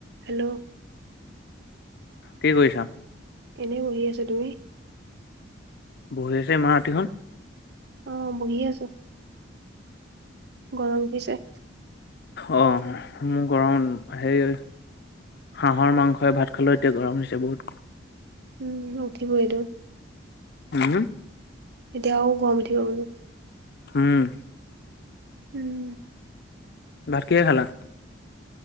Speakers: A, on the right (about 55°); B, on the left (about 55°).
A: হেল্ল'।
B: কি কৰিছা?
A: এনেই বহি আছোঁ। তুমি?
B: বহি আছে ইমান ৰাতিখন।
A: অহ বহি আছো। গৰম দিছে।
B: অহ মোৰ গৰম সেই হাঁহৰ মাংসই ভাত খালো। এতিয়া গৰম উঠিছে বহুত।
A: উম উঠিবইটো।
B: উম হো।
A: এতিয়া আও গম উঠিব বোলো।
B: হম।
A: উম।
B: ভাত কিহে খালা?